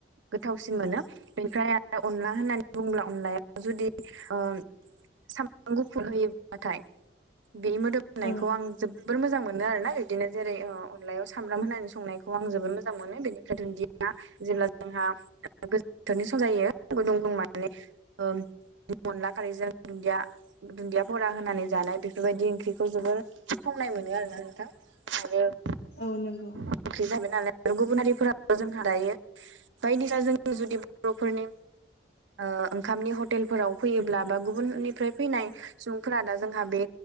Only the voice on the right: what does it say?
गोथावसिन मोनो बेनिफ्राय आरो अनला होननानै बुङोब्ला अनलाया जुदि ओ सामब्राम गुफुर होयोब्लााथाय बे मोदोमनायखौ
आं जोबोर मोजां मोनो आरोना बिदिनो जेरै ओ अनलायाव सामब्राम होनानै संनायखौ आं जोबोद मोजां मोनो बिदि दुन्दिया जेब्ला जोंहा गोजोथोरनि सम जायों गुदुं ग माने ओ अनला खारैजों दुन्दिया दुन्दिया फरा होनानै जानाय बेफोरबायदि ओंख्रिखौ जोबोर संनाय मोनो आरो ना नोंथां। आरो
ओंख्रि जाबाय नालाय आरो गुबुनारिफोरा जोंहा दायो बायदिना जों जुदि बर'फोरनि ओ ओंखामनि हटेलफोराव फैयोब्ला बा गुबुननिफ्राय फैनाय सुबुंफोरा दा जोंहा बे